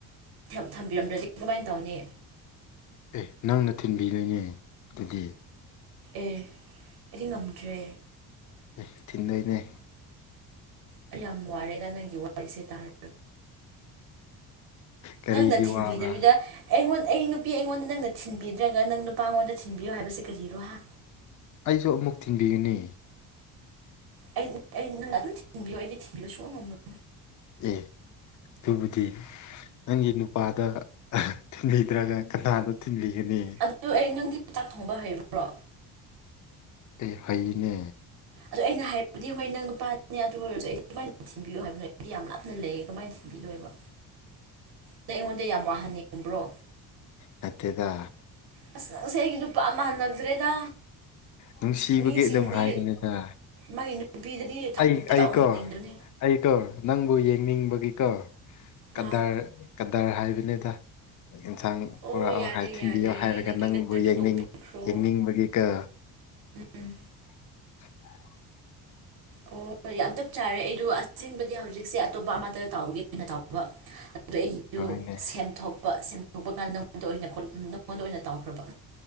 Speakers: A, on the right; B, on the left.
A: ꯊꯦꯝ ꯊꯝꯕꯤꯔꯝꯗ꯭ꯔꯗꯤ ꯀꯃꯥꯏꯅ ꯇꯧꯅꯤ
B: ꯑꯦ ꯅꯪꯅ ꯊꯤꯟꯕꯤꯗꯣꯏꯅꯦ ꯑꯗꯨꯗꯤ
A: ꯑꯦ ꯑꯩꯗꯤ ꯉꯝꯗ꯭ꯔꯦ
B: ꯑꯦ ꯊꯤꯟꯗꯣꯏꯅꯦ
A: ꯑꯩ ꯌꯥꯝ ꯋꯥꯔꯦꯗ ꯅꯪꯒꯤ ꯋꯥꯔꯤꯁꯦ ꯇꯥꯔ
B: ꯀꯔꯤꯒꯤ
A: ꯅꯪꯅ ꯊꯤꯟꯕꯤꯗꯕꯤꯗ
B: ꯋꯥꯕ꯭ꯔꯥ
A: ꯑꯩꯉꯣꯟ ꯑꯩ ꯅꯨꯄꯤ ꯑꯩꯉꯣꯟꯗ ꯅꯪꯅ ꯊꯤꯟꯕꯤꯗ꯭ꯔꯒ ꯅꯪ ꯅꯨꯄꯥꯉꯣꯟꯗ ꯊꯤꯟꯕꯤꯌꯣ ꯍꯥꯏꯕꯁꯦ ꯀꯔꯤꯔꯣ ꯍꯥ
B: ꯑꯩꯁꯨ ꯑꯃꯨꯛ ꯊꯤꯟꯕꯤꯒꯅꯤ
A: ꯑꯩ ꯑꯩꯗꯤ ꯅꯪꯅ ꯑꯗꯨꯝ ꯊꯤꯟꯕꯤꯌꯣ ꯑꯩꯗꯤ ꯊꯤꯟꯕꯤꯕ ꯁꯨꯉꯝ ꯉꯝꯃꯣꯏ
B: ꯑꯦ ꯑꯗꯨꯕꯨꯗꯤ ꯅꯪꯒꯤ ꯅꯨꯄꯥꯗ ꯑꯍ ꯊꯤꯟꯕꯤꯗ꯭ꯔꯒ ꯀꯅꯥꯗ ꯊꯤꯟꯕꯤꯒꯅꯤ
A: ꯑꯗꯨ ꯑꯩ ꯅꯪꯗꯤ ꯆꯥꯛ ꯊꯣꯡꯕ ꯍꯩꯕ꯭ꯔꯣ
B: ꯑꯩ ꯍꯩꯅꯦ
A: ꯑꯗꯣ ꯑꯩꯅ ꯍꯥꯏꯕꯗꯤ ꯍꯣꯏ ꯅꯪ ꯅꯨꯄꯥꯅꯦ ꯑꯗꯨ ꯑꯣꯏꯔꯁꯨ ꯑꯩꯗꯤ ꯀꯃꯥꯏꯅ ꯊꯤꯟꯕꯤꯌꯣ ꯍꯥꯏꯕꯅꯣ ꯑꯩꯗꯤ ꯌꯥꯝ ꯂꯥꯞꯅ ꯂꯩꯌꯦ ꯀꯃꯥꯏꯅ ꯊꯤꯟꯕꯤꯗꯣꯏꯕ ꯅꯪ ꯑꯩꯉꯣꯟꯗ ꯌꯥꯝ ꯋꯥꯍꯟꯅꯤꯡꯕ꯭ꯔꯣ
B: ꯅꯠꯇꯦꯗꯥ
A: ꯑꯁ ꯅꯪꯁꯦ ꯑꯩꯒꯤ ꯅꯨꯄꯥ ꯃꯥꯜꯂꯛꯇ꯭ꯔꯦꯗꯥ
B: ꯅꯨꯡꯁꯤꯕꯒꯤ
A: ꯃꯤꯁꯤꯡꯗꯤ
B: ꯑꯗꯨꯝ ꯍꯥꯏꯕꯅꯤꯗ
A: ꯃꯥꯒꯤ ꯅꯨꯄꯤꯗꯗꯤ ꯊꯕꯛꯇꯤ
B: ꯑꯩ ꯑꯩꯀꯣ
A: ꯇꯧꯍꯟꯅꯤꯡꯗꯝꯅ‌ꯦ
B: ꯑꯩꯀꯣ ꯅꯪꯕꯨ ꯌꯦꯡꯅꯤꯡꯕꯒꯤꯀꯣ ꯀꯗꯥꯔ
A: ꯑꯥ
B: ꯀ ꯗꯔ ꯍꯥꯏꯕꯅꯤꯗ ꯑꯦꯟꯁꯥꯡ
A: ꯑꯣ
B: ꯄꯨꯔꯛꯑꯣ
A: ꯌꯥꯔꯦ
B: ꯍꯥꯏ ꯊꯤꯟꯕꯤꯌꯣ
A: ꯌꯥꯔꯦ
B: ꯍꯥꯏꯔꯒ
A: ꯅꯪꯒꯤ
B: ꯅꯪꯕꯨ
A: ꯀꯇꯔꯗꯨ
B: ꯌꯦꯡꯅꯤꯡ
A: ꯇꯣꯛꯄꯤꯈ꯭ꯔꯣ
B: ꯌꯦꯡꯅꯤꯡꯕꯒꯤ ꯀꯣ
A: ꯎꯝ
B: <unintelligible>
A: ꯑꯣ ꯌꯥꯝ ꯆꯞ ꯆꯥꯔꯦ ꯑꯩꯗꯣ ꯑꯁꯦꯡꯕꯗꯤ ꯍꯧꯖꯤꯛꯁꯦ ꯑꯇꯣꯞꯄ ꯑꯃꯗ ꯇꯥꯎꯒꯦ ꯑꯅ ꯇꯧꯕ ꯑꯗꯨꯗꯣ ꯑꯩꯗꯨ
B: ꯍꯣꯏꯅꯦ
A: ꯁꯦꯝꯗꯣꯛꯄ ꯁꯦꯝꯗꯣꯛꯄ ꯀꯥꯟꯗ ꯅꯪꯉꯣꯟꯗ ꯑꯣꯏꯅ ꯀ‌ꯣꯜ ꯅꯪꯉꯣꯟꯗ ꯑꯣꯏꯅ ꯇꯥꯎꯈ꯭ꯔꯕ